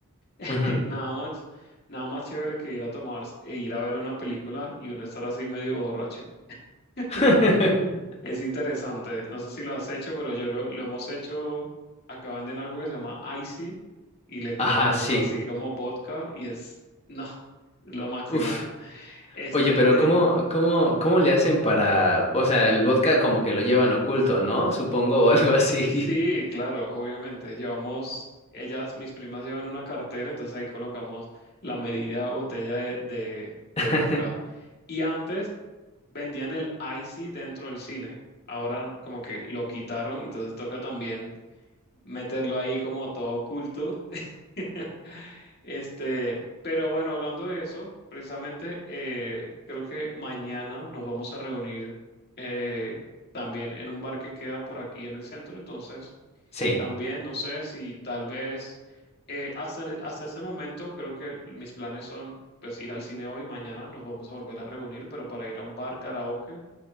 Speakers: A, on the left; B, on the left.
A: <laughs>
B: Ujú.
A: Nada más, nada más chévere que ir a tomar e ir a ver una película y uno estar así medio borracho. <laughs>
B: <laughs>
A: <clears throat> Es interesante. No sé si lo has hecho, pero yo lo, lo hemos hecho. Acá venden algo que se llama Icy y le colocamos
B: Ajá, sí.
A: así como vodka y es, no, lo máximo.
B: Uf.
A: Este,
B: Oye, pero
A: de,
B: ¿cómo, cómo, cómo le hacen para, o sea, el vodka como que lo llevan oculto, ¿no? Supongo, <laughs> o algo así.
A: sí, claro, obviamente. Llevamos, ellas, mis primas llevan una cartera, entonces ahí colocamos la medida botella de, de, de
B: <laughs>
A: vodka. Y antes, vendían el icy dentro del cine. Ahora como que lo quitaron, entonces toca también meterlo ahí como todo oculto. <laughs> Este, pero bueno, hablando de eso, precisamente eh, creo que mañana nos vamos a reunir eh, también en un bar que queda por aquí en el centro. Entonces,
B: Sí.
A: también no sé si tal vez eh, hasta, hasta ese momento creo que mis planes son pues ir al cine hoy, mañana nos vamos a volver a reunir, pero para ir a un bar karaoke